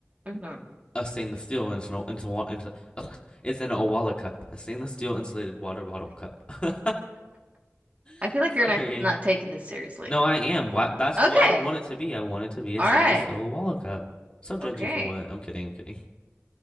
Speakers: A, on the right; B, on the left.
A: Mm-hmm.
B: A stainless steel and it's an, it's a, it's, a, it's an Owala cup, a stainless steel insulated water bottle cup. <laughs>
A: I
B: <laughs>
A: feel like
B: Sorry.
A: you're not not taking this seriously.
B: No, I am. Why, that's
A: Okay.
B: what I would want it to be. I want it to be a
A: All
B: stainless
A: right.
B: steel Wallow cup. So judgy
A: Okay.
B: for what? I'm kidding. I'm kidding.